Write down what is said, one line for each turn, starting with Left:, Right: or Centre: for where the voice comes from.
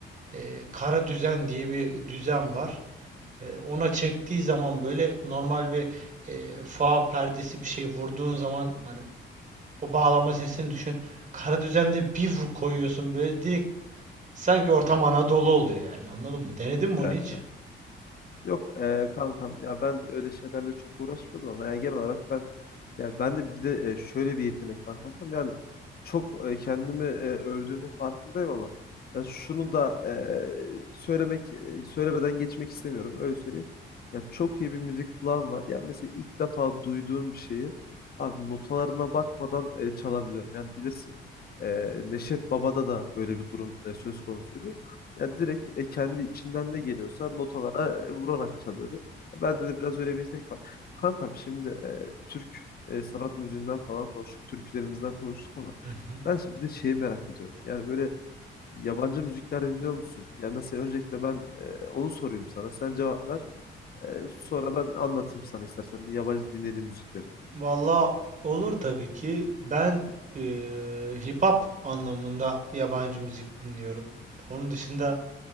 Right: e, kara düzen diye bir düzen var. E, ona çektiği zaman böyle normal bir e, fa perdesi bir şey vurduğun zaman hani o bağlama sesini düşün. Kara düzende bir vur koyuyorsun böyle direkt Sanki ortam Anadolu oluyor yani anladın mı? Denedin mi
Left: Evet.
Right: onu hiç?
Left: Evet. Yok e, kankam ya ben öyle şeylerle çok uğraşmadım ama yani genel olarak ben Yani ben de bir de e, şöyle bir yetenek var kankam. Yani çok e, kendimi e, övdüğümün farkındayım ama yani şunu da e, söylemek e, söylemeden geçmek istemiyorum. Öyle söyleyeyim. Yani çok iyi bir müzik kulağım var. Yani mesela ilk defa duyduğum bir şeyi abi notalarına bakmadan e, çalabiliyorum. Yani bilirsin. e, Neşet Baba'da da böyle bir durum e, söz konusuydu. Yani direkt e, kendi içinden ne geliyorsa notalara e, vurarak çalıyordu. Bende de biraz öyle bir yetenek var. Kankam şimdi e, Türk e, sanat müziğinden falan konuştuk, türkülerimizden konuştuk ama
Right: Hı hı.
Left: ben şimdi bir de şeyi merak ediyorum. Yani böyle yabancı müzikler dinliyor musun? Yani mesela öncelikle ben e, onu sorayım sana. Sen cevap ver. E, sonra ben anlatayım sana istersen bir yabancı dinlediğim müzikleri.
Right: Valla olur tabii ki. Ben eee, hip hop anlamında yabancı müzik dinliyorum. Onun dışında